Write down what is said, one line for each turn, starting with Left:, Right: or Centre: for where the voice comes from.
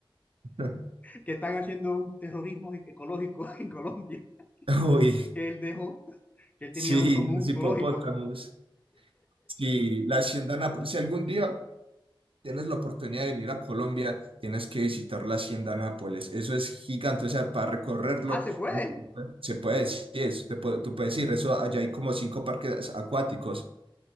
Right: <laughs>
Left: que están haciendo un terrorismo ecológico <laughs> en Colombia,
Right: Uy,
Left: que él dejó, que él tenía
Right: sí,
Left: un, como
Right: los
Left: un zoológico.
Right: hipopótamos. Sí, la hacienda Nápoles. Si algún día tienes la oportunidad de venir a Colombia, tienes que visitar la Hacienda Nápoles. Eso es gigante, o sea, para recorrerlo,
Left: Ah, se puede.
Right: se puede decir, eso, te puede- tú puedes ir, eso, allá hay como cinco parques acuáticos.